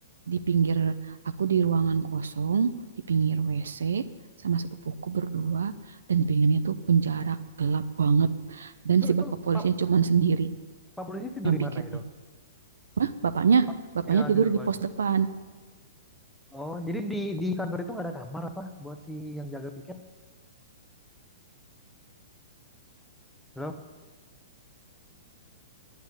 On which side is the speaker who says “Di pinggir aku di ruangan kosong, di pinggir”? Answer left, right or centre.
Right